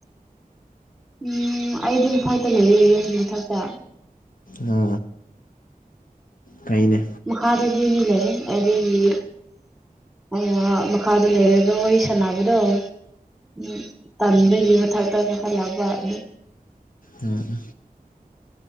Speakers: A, in the centre; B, on the left.
A: ꯎꯝ ꯑꯩꯗꯤ ꯃꯊꯛꯇ ꯂꯩꯌꯦ ꯌꯨꯝꯒꯤ ꯃꯊꯛꯇ
B: ꯍꯥ ꯀꯩꯅꯦ
A: ꯃꯈꯥꯗꯗꯤ ꯃꯤ ꯂꯩꯌ‌ꯦ ꯑꯗꯨꯒꯤꯌ‌ꯦ ꯑ ꯃꯈꯥꯗ ꯂꯩꯔꯒ ꯋꯥꯔꯤ ꯁꯥꯟꯅꯕꯗꯣ ꯎꯝ ꯇꯟꯕꯒꯤ ꯃꯊꯛꯇ ꯀꯥꯈꯠꯂꯛꯄ ꯑꯗꯨ
B: ꯎꯝ ꯎꯝ